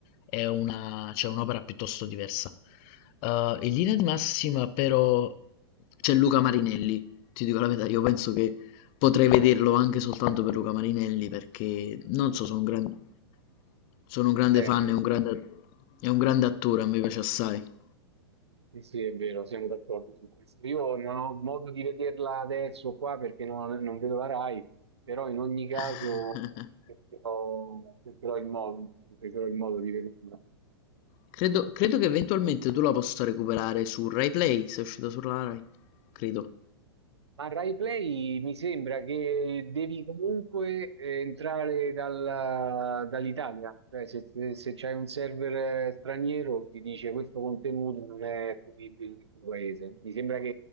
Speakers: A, on the left (about 35°); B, on the right (about 80°).
A: È una, cioè, un'opera piuttosto diversa. Eh, in linea di massima, però, c'è Luca Marinelli. Ti dico la verità, io penso che potrei vederlo anche soltanto per Luca Marinelli, perché non so, sono un grande. Sono un grande
B: Eh,
A: fan, è un grande, è un grande attore, a me piace assai.
B: Sì, sì, è vero, siamo d'accordo su questo. Io non ho modo di vederla adesso qua perché non, non vedo la Rai, però in ogni caso
A: <laughs>
B: cercherò, cercherò il modo, cercherò il modo di vederla.
A: Credo, credo che eventualmente tu la possa recuperare su Rai Play, se è uscita sulla Rai, credo.
B: Ma Rai Play mi sembra che devi comunque eh, entrare dal- dall'Italia, cioè se, se se c'hai un server eh, straniero ti dice questo contenuto non è fruibile nel tuo paese. Mi sembra che,